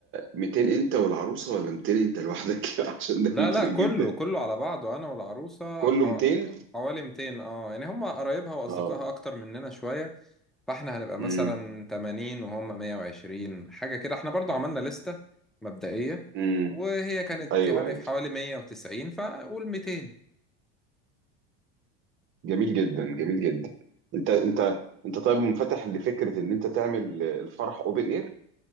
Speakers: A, on the right (about 40°); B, in the centre.
A: 200 انت والعروسه ولا 200 انت لوحدك <laughs> عشان ده
B: لا
A: يفرق
B: لا كله
A: جدا
B: كله على بعضه أنا والعروسة
A: كله
B: حو...
A: 200
B: حوالي ميتين اه يعني هما قرايبها وأصدقائها
A: اه
B: أكتر مننا شوية فاحنا هنبقى
A: امم
B: مثلا 80 وهم 120 حاجة كده احنا برضو عملنا لستة مبدئية
A: امم
B: وهي كانت
A: ايوه
B: يعني
A: ايوه
B: في حوالي 190 فقول 200
A: جميل جدا جميل جدا انت انت انت طيب منفتح لفكره ان انت تعمل الفرح اوبن اير